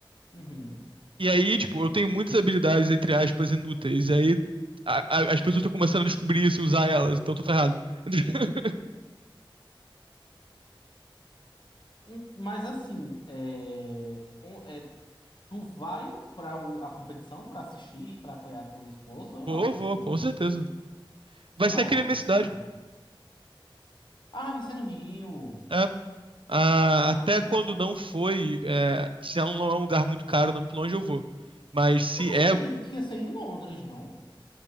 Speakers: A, on the left (about 55°); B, on the right (about 70°).
A: Uhum.
B: E aí, tipo, eu tenho muitas habilidades, entre aspas, inúteis. E aí a- a- as pessoas estão começando a descobrir isso e usar elas, então eu tô ferrado. <laughs>
A: Um- Mas assim, é, um- é, tu vai para a competição para assistir, para apoiar tua esposa ou
B: Vou,
A: não?
B: vou,
A: Tipo,
B: com
A: tu.
B: certeza. Vai
A: Nossa.
B: ser aqui na minha cidade.
A: Ah, você é no Rio.
B: É. Ah,
A: Ah,
B: até quando
A: tá.
B: não foi, é, se é um, não é um lugar muito caro, não é muito longe, eu vou. Mas se
A: Eu pensei
B: é.
A: que tu tinha dito que ia ser em Londres, não?